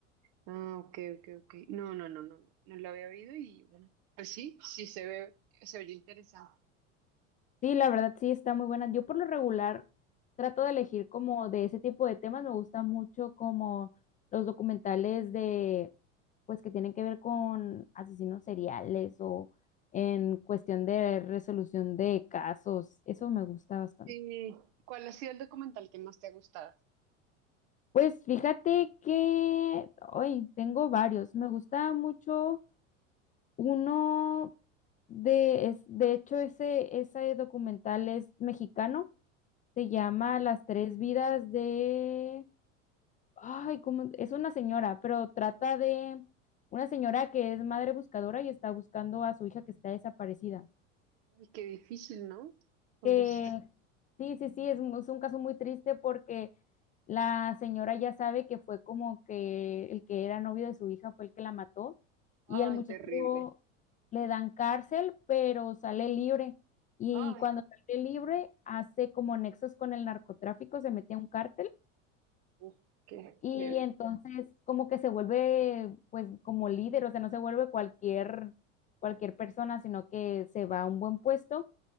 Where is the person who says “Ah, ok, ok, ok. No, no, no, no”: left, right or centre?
Right